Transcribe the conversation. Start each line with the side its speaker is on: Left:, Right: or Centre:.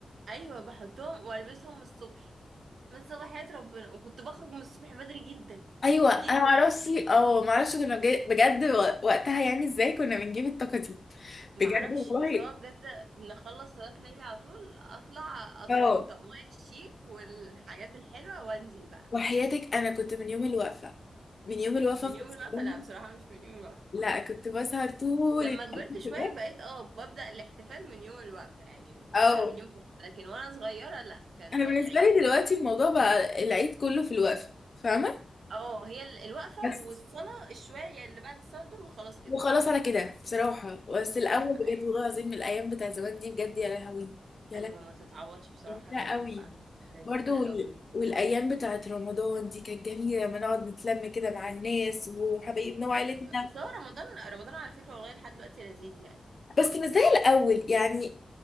Right: ايوه بحطهم والبسهم الصبح من صباحيات ربنا وكنت بخرج من الصبح بدري جدا
Left: ايوه انا
Right: جدا
Left: معرفش اه معرفش كنا بج- بجد و- وقتها يعني ازاي كنا بنجيب الطاقه دي
Right: معرفش
Left: بجد والله
Right: بس هو بجد بنخلص صلاة الليل على طول اطلع اضرب
Left: اه
Right: الطقمية الشيك والحاجات الحلوة وانزل بقى
Left: وحياتك انا كنت من يوم الوقفه من يوم الوقفه
Right: من يوم
Left: في الصالون
Right: الوقفة لا بصراحة مش من يوم الوقفة
Left: لا كنت بسهر طول
Right: لما
Left: الوقت
Right: كبرت شوية بقيت اه ببدأ الاحتفال من يوم الوقفة يعني البصر
Left: اه
Right: من يوم الوقفة لكن وانا صغيرة لا كان
Left: انا بالنسبه
Right: العيد
Left: لي دلوقتي الموضوع بقى العيد كله في الوقفه فاهمه
Right: اه هي ال- الوقفة
Left: بس
Right: والصلاة الشوية اللي بعد الصلاة دول وخلاص كده
Left: وخلاص على كده بصراحه بس الاول
Right: صح
Left: بجد
Right: ايوه
Left: والله العظيم من الايام بتاع زمان دي بجد يا لهوي يا
Right: ايوه
Left: لهوي
Right: ما تتعوضش بصراحة
Left: ممتعة
Right: كانت
Left: قوي
Right: بتبقى لذيذة
Left: برضو
Right: قوي
Left: وال- والايام بتاعت رمضان دي كانت جميله لما نقعد نتلم كده مع الناس وحبايبنا وعيلتنا
Right: ايوه بس هو رمضان رمضان على فكرة والله لحد دلوقتي لذيذ يعني
Left: بس مش زي الاول يعني